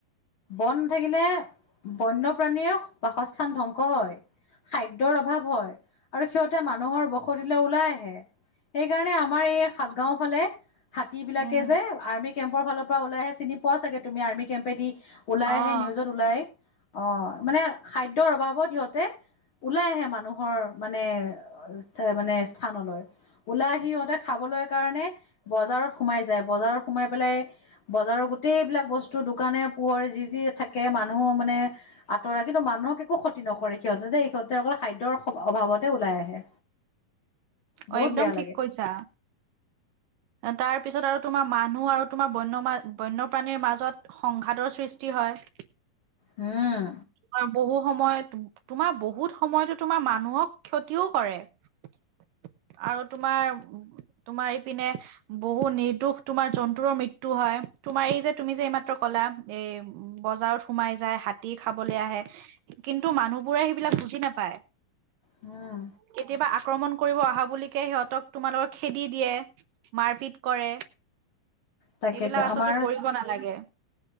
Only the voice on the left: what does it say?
বন নাথাকিলে বন্যপ্ৰাণীৰ বাসস্থান ধ্বংস হয়। খাদ্যৰ অভাৱ হয়। আৰু সিহঁতে মানুহৰ বসতিলৈ ওলাই আহে। সেইকাৰণে আমাৰ এই সাত গাওঁ ফালে। হাতী বিলাকে
যে আৰ্মি কেম্পৰ ফালৰ পৰা ওলাইহে চিনি পোৱা চাগে তুমি? আৰ্মি কেম্পেদি ওলাই
আহে। নিউজত ওলাই আহ মানে খাদ্যৰ অভাৱত সিহঁতে ওলাই আহে। মানুহৰ মানে এ মানে স্থানলৈ। ওলাই আহি সিহঁতে খাবলৈ কাৰণে বজাৰত সোমাই যায়। বজাৰত সোমাই পেলাই বজাৰৰ- গোটেইবিলাক বস্তু দোকানে পোহৰে যি যি থাকে মানুহ মানে আঁতৰা কিন্তু মানুহক একো ক্ষতি নকৰে সিহঁতে দেই, সিহঁতে অকল খাদ্যৰ অভাৱতে ওলাই আহে।
বহুত
বেয়া
লাগে
হ'ম।
উম।
তাকেতো
আমাৰ